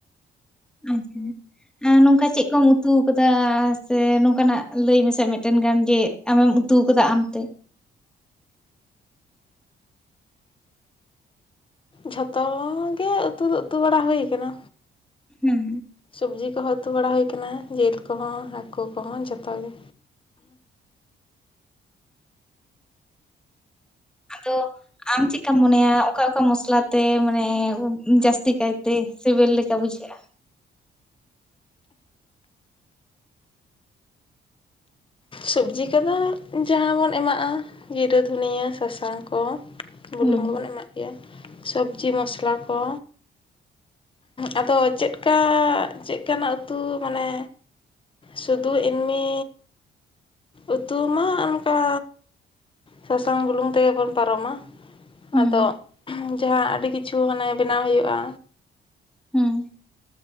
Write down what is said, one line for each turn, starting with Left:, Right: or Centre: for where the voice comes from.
Centre: ᱟᱪᱪᱷᱟ ᱱᱚᱝᱠᱟ ᱪᱮᱜ ᱠᱚᱢ ᱩᱛᱩ ᱠᱟᱫᱟ ᱥᱮ ᱱᱚᱝᱠᱟᱱᱟᱜ ᱞᱟᱹᱭ ᱢᱮᱥᱮ ᱢᱤᱜᱴᱮᱱ ᱜᱟᱱ ᱡᱮ ᱟᱢᱮᱢ ᱩᱛᱩ ᱠᱟᱫᱟ ᱟᱢᱛᱮ
Left: ᱡᱷᱚᱛᱚᱻ ᱜᱮ ᱩᱛᱩ ᱫᱚ ᱩᱛᱩ ᱵᱟᱲᱟ ᱦᱩᱭ ᱠᱟᱱᱟ
Centre: ᱦᱮᱸ
Left: ᱥᱚᱵᱡᱤ ᱠᱚᱦᱚ ᱛᱩ ᱵᱟᱲᱟ ᱦᱩᱭ ᱠᱟᱱᱟ ᱡᱮᱞ ᱠᱚᱦᱚᱸ ᱦᱟᱠᱳ ᱠᱚᱦᱚᱸ ᱡᱷᱚᱛᱚ ᱜᱮ
Centre: ᱟᱫᱚ ᱟᱢ ᱪᱮᱜᱠᱟᱢ ᱢᱚᱱᱮᱭᱟ ᱚᱠᱟ ᱚᱠᱟ ᱢᱚᱥᱞᱟᱛᱮ ᱢᱟᱱᱮ ᱡᱟᱹᱥᱛᱤ ᱠᱟᱭᱛᱮ ᱥᱮᱵᱮᱞ ᱞᱮᱠᱟ ᱵᱩᱡᱷᱟᱹᱜᱼᱟ?
Left: ᱥᱚᱵᱡᱤ ᱠᱚᱫᱚ ᱡᱟᱦᱟᱸ ᱵᱚᱱ ᱮᱢᱟᱜᱼᱟ ᱡᱤᱨᱟᱹ ᱫᱷᱩᱱᱤᱭᱟᱹ ᱥᱟᱥᱟᱝ ᱠᱚ᱾ ᱵᱩᱞᱩᱝ
Centre: ᱦᱩᱸ
Left: ᱵᱚᱱ ᱮᱢᱟᱜ ᱜᱮᱭᱟ ᱥᱚᱵᱽᱡᱤ ᱢᱚᱥᱞᱟ ᱠᱚ᱾ ᱟᱫᱚ ᱪᱮᱫᱠᱟ ᱪᱮᱜ ᱠᱟᱱᱟᱜ ᱩᱛᱩ ᱢᱟᱱᱮ ᱥᱩᱫᱩ ᱮᱢᱱᱤ ᱩᱛᱩ ᱢᱟ ᱚᱱᱠᱟ ᱥᱟᱥᱟᱝ ᱵᱩᱞᱩᱝ ᱛᱮᱜᱮ ᱵᱚᱱ ᱯᱟᱨᱚᱢᱟ᱾
Centre: ᱦᱩᱸ
Left: ᱟᱫᱚ ᱡᱟᱦᱟᱸ ᱟᱹᱰᱤ ᱠᱤᱪᱷᱩ ᱦᱟᱱᱮ ᱵᱮᱱᱟᱣ ᱦᱩᱭᱩᱜᱼᱟ᱾
Centre: ᱦᱩᱸ᱾